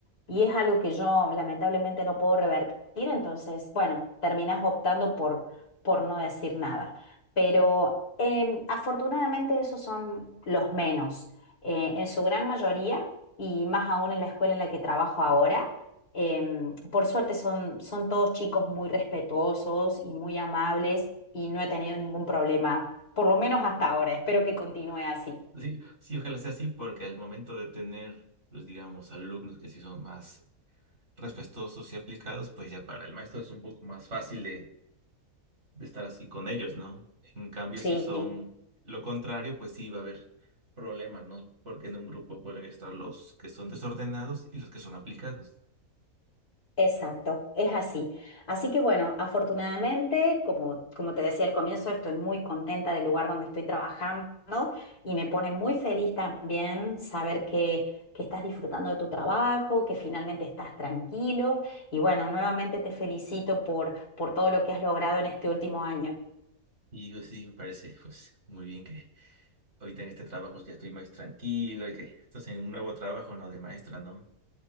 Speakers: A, on the left; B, on the right.
A: Y es algo que yo lamentablemente no puedo revertir decir, entonces, bueno, terminas optando por, por no decir nada. Pero em, afortunadamente esos son los menos. Eh, en su gran mayoría, y más aún en la escuela en la que trabajo ahora, em, por suerte son, son todos chicos muy respetuosos y muy amables y no he tenido ningún problema, por lo menos hasta ahora. Espero que continúe así.
B: Sí, sí, ojalá sea así, porque al momento de tener, pues digamos, alumnos que sí son más respetuosos y aplicados, pues ya para el maestro es un poco más fácil de, de estar así con ellos, ¿no? En cambio,
A: Sí.
B: si son lo contrario, pues sí va a haber problemas, ¿no? Porque en un grupo pueden estar los que son desordenados y los que son aplicados.
A: Exacto, es así. Así que bueno, afortunadamente, como, como te decía al comienzo, estoy muy contenta del lugar donde estoy trabajando y me pone muy feliz también saber que, que estás disfrutando de tu trabajo, que finalmente estás tranquilo y bueno, nuevamente te felicito por, por todo lo que has logrado en este último año.
B: Y pues sí, me parece, pues muy bien que ahorita en este trabajo ya estoy más tranquilo y que estás en un nuevo trabajo, ¿no? De maestra, ¿no?